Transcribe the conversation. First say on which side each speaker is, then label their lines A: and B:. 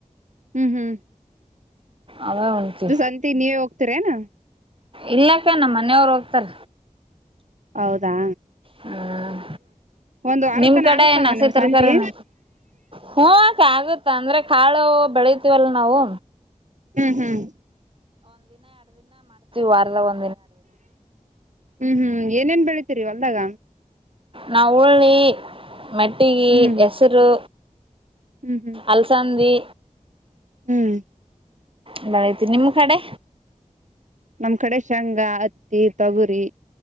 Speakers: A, on the right; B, on the right.
A: ಹ್ಮ್ ಹ್ಮ್
B: ಅವೇ ಉಂತಿ
A: ಇದು ಸಂತಿ ನೀವೇ ಹೋಗ್ತೀರೇನ
B: ಇಲ್ಲಕ್ಕ ನಮ್ಮ ಮನೆಯವರು ಹೋಗ್ತಾರ
A: ಹೌದಾ
B: ಹ್ಮ್
A: ಒಂದ್ ವಾರ
B: ನಿಮ್
A: ತನ
B: ಕಡೆನ
A: ಆಗತ್ತಮ್ಮ
B: ಎನ್ ಹಸಿ
A: ನಿಮ್
B: ತರಕ
A: ಸಂತಿ
B: ನ ಹೂ ಅಕ್ಕ ಆಗುತ್ತ ಅಂದ್ರೆ ಕಾಳು ಬೆಳಿತೀವಲ್ಲ ನಾವು
A: ಹ್ಮ್ ಹ್ಮ್
B: ವಾರದ ಒಂದು
A: ಹ್ಮ್ ಹ್ಮ್ ಏನೇನ್ ಬೆಳಿತೀರಿ ಹೊಲ್ದಾಗ
B: ನಾ ಹುಳ್ಳಿ ಮೆಟ್ಟಿಗಿ
A: ಹ್ಮ್
B: ಹೆಸರು
A: ಹ್ಮ್ ಹ್ಮ್
B: ಅಲ್ಸಂದಿ
A: ಹ್ಮ್
B: ಎಲ್ಲ ಐತಿ ನಿಮ್ ಕಡೆ
A: ನಮ್ ಕಡೆ ಶೇಂಗಾ ಹತ್ತಿ ತೊಗುರಿ